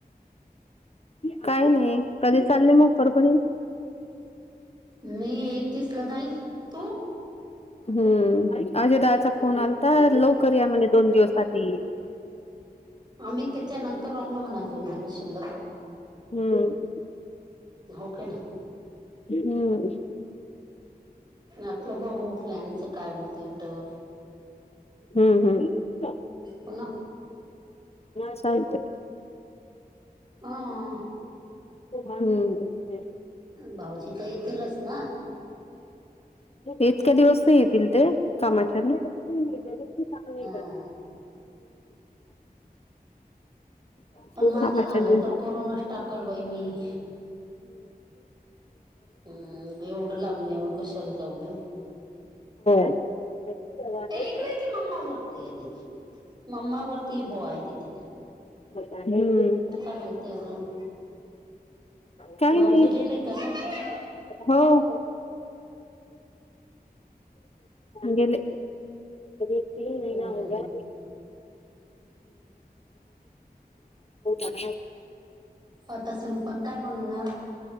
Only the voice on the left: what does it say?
काय नाही कधी चालले मग परभणी?
हम्म अजय दादाचा फोन आलाता लवकर या म्हणे. दोन दिवस आधी.
हम्म
हम्म.
हम्म हम्म.
चालतंय.
हम्म
इतक्या दिवस नाही येतील ते कामाच्यान. हम्म
कामाच्या
हम्म
<unintelligible>
हम्म.
काही
नाही
हो गेले. तीन महिना
हो गया हम्म